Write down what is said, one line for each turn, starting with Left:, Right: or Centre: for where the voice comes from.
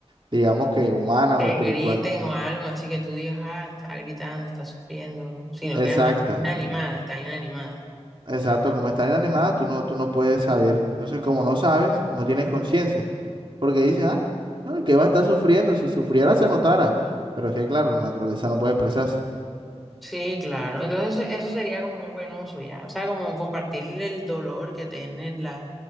Right: digamos que humana
Centre: que
Right: o espiritual.
Centre: griten o algo, así que tú digas, ah, está gritando, está sufriendo, sino
Right: Exacto,
Centre: que ajá, es inanimada, está inanimada.
Right: exacto. Como está inanimada, tú no, tú no puedes saber. Entonces, como no sabes, no tienes conciencia, porque dices, ah, no, ¿y ¿qué va a estar sufriendo? Si sufriera, se notara. Pero es que, claro, la naturaleza no puede expresarse.
Centre: Sí, claro. Entonces eso sería como un buen uso ya. O sea, como compartir el dolor que tienen las...